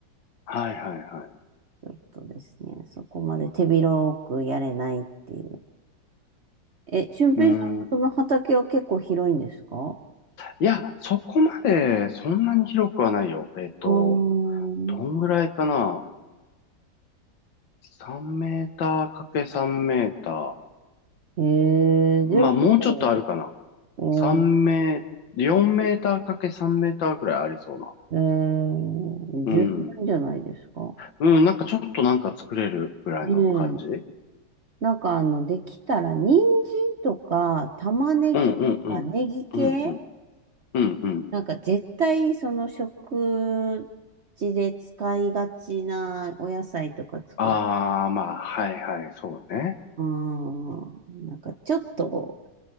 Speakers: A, on the left (about 80°); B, on the right (about 45°).
A: はいはいはい。
B: ちょっとですね、そこまで手広くやれないっていう。え、俊平さん、
A: うーん。
B: その畑は結構広いんですか
A: いや、そこまでそんなに広くはないよ。えっと、
B: あー。
A: どんぐらいかな ?3 メーターかけ3メーター。
B: へえ、
A: まあ、
B: でも、
A: もうちょっとあるかな。
B: うん
A: 3メー、4メーターかけ3メーターぐらいありそうな。
B: えー、
A: うん。
B: 十分じゃないですか。
A: うん、なんかちょっとなんか作れるぐらいの感じうん
B: ねえ。なんかあの、できたら、人参とか、玉ねぎとか、
A: うんうん。うんうん。
B: ネギ系
A: うんうん。
B: なんか絶対、その食事で使いがちなお野菜とか作り。
A: ああ、まあ、はいはい、そうね。
B: うん。なんかちょっと